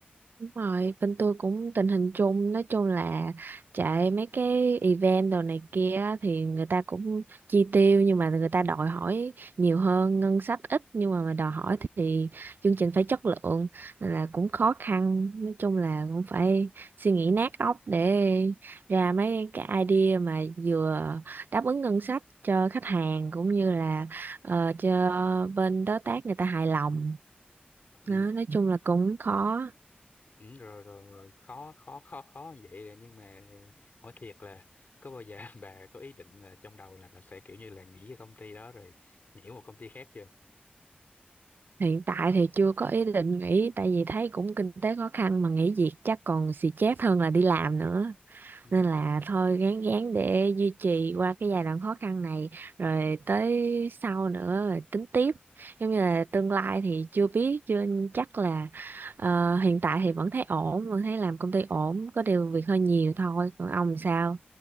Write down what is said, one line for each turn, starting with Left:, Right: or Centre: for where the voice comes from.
Right: Đúng rồi, bên tôi cũng tình hình chung nói chung là chạy mấy cái event đồ này kia á, thì người ta cũng chi tiêu nhưng mà người ta đòi hỏi nhiều hơn ngân sách ít nhưng mà mà đòi hỏi thì chương trình phải chất lượng nên là cũng khó khăn nói chung là cũng phải suy nghĩ nát óc để ra mấy cái idea mà vừa đáp ứng ngân sách cho khách hàng cũng như là ờ, cho bên đối tác người ta hài lòng
Left: Ừ,
Right: đó, nói chung là cũng khó
Left: ừ rồi, rồi rồi khó khó khó khó như vậy rồi nhưng mà hỏi thiệt là có bao giờ <laughs> bà có ý định là trong đầu là bà sẽ kiểu như là nghỉ cái công ty đó rồi nhảy một công ty khác chưa?
Right: Hiện tại thì chưa có ý định nghỉ tại vì thấy cũng kinh tế khó khăn mà nghỉ việc chắc còn xì chét hơn là đi làm nữa.
Left: Ừ.
Right: Nên là thôi gán gán để duy trì qua cái giai đoạn khó khăn này rồi tới sau nữa rồi tính tiếp. Giống như là tương lai thì chưa biết, chưa chắc là ờ, hiện tại thì vẫn thấy ổn, vẫn thấy làm công ty ổn, có điều việc hơi nhiều thôi. Còn ông sao?